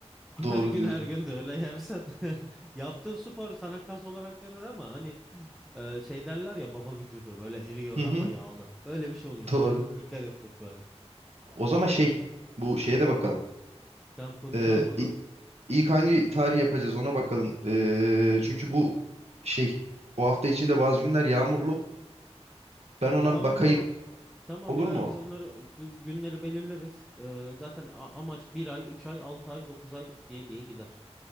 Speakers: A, in the centre; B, on the right (about 70°).
A: Her
B: Doğru
A: gün
B: diyorsun.
A: her gün de öyle yersen <laughs> yaptığın spor sana kas olarak döner ama hani e, şey derler ya baba vücudu böyle eriyor
B: Hı
A: ama
B: hı.
A: yağlı. Öyle bir şey oluruz
B: Doğru.
A: bak. Dikkat etmek lazım.
B: O zaman şey bu şeye de bakalım.
A: Tamam konuşalım
B: Ee,
A: onu.
B: i- ilk hangi tarih yapacağız ona bakalım. Ee, çünkü bu şey bu hafta içinde bazı günler yağmurlu. Ben ona
A: Tamam
B: bir bakayım.
A: tamam. Tamam
B: Olur
A: yo,
B: mu?
A: yo, biz bunları bu günleri belirleriz. E, zaten a- amaç bir ay, 3 ay, 6 ay, 9 ay diye diye gider.